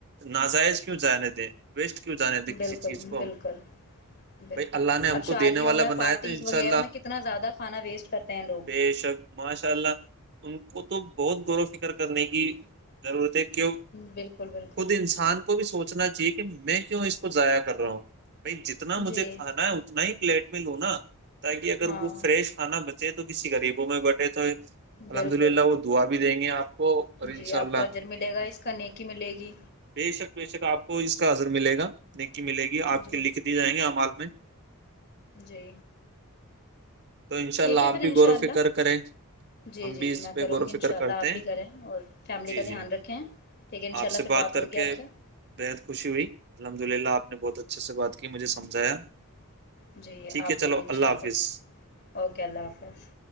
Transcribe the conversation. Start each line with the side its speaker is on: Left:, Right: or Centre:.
Right: ناجائز کیوں جانے دیں ویسٹ کیوں جانے دے کسی
Left: بالکل
Right: چیز کو
Left: بالکل بالکل
Right: بھائی اللہ نے ہم
Left: اب شادیوں
Right: کو دینے والا
Left: میں
Right: بنایا
Left: پارٹیز
Right: تو انشاء
Left: وغیرہ
Right: اللہ
Left: میں کتنا زیادہ کھانا ویسٹ کرتے ہیں لوگ
Right: بے شک ماشاء اللہ ان کو تو بہت گرت فکر کرنے کی ضرورت ہے کہ
Left: بالکل بالکل
Right: خود انسان کو بھی سوچ سچنا چاہیے کہ میں کیوں اس کو ضائع کر رہا ہوں بائی جتنا مجھے
Left: جی
Right: ہ نہیں ہوت نہیں پلیٹ میں لو نا تاکہ اگر
Left: ہاں
Right: وہ فریش کھانا بچ ہے تو کسی غریبوں میں بٹ تو الحمد
Left: بالکل
Right: للہ وہ دعا بھی دیں گے آپ کو اور انشاء
Left: جی
Right: اللہ
Left: آپ کو اجر ملے گا اس کا نیکی ملے گی
Right: بے شک بے شک آپ کو اس کا اثر ملے گا ملے گی
Left: جی
Right: آپ کے لکھ دی جیں گے ہم آپ کے میں
Left: جی
Right: تو ان شاء
Left: ٹھیک
Right: اللہ
Left: ہے پھر
Right: آپ بھی
Left: ان
Right: غور
Left: شاء
Right: و
Left: اللہ
Right: فکر کریں
Left: جی
Right: ہم
Left: جی
Right: بھی اس
Left: جی میں
Right: پہ
Left: کروں
Right: غور و
Left: گی ان
Right: فکر
Left: شاء اللہ
Right: کرتے
Left: آپ بھی
Right: ہیں
Left: کریں اور فیملی
Right: جی
Left: کا دھیان
Right: جی
Left: رکھیں ٹھیک ہے ان
Right: آپ
Left: شاء اللہ
Right: سے
Left: پھر بات
Right: کر
Left: ہوگی
Right: کے
Left: آپ سے
Right: بےحد خوشی ہوئی الحمد للہ آپ نے بہت اچھے سے بات کی مجھے سمجھایا
Left: جی
Right: ٹھیک
Left: آپ
Right: ہے
Left: نے
Right: چلو
Left: بھی ان
Right: اللہ
Left: شاء اللہ
Right: حافظ
Left: اوکے اللہ حافظ